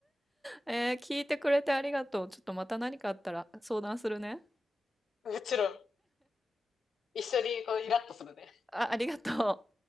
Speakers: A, in the centre; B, on the left.
A: えー、聞いてくれてありがとう。ちょっとまた何かあったら相談するね。
B: もちろん。一緒にこうイラッとするね。
A: あ、ありがとう。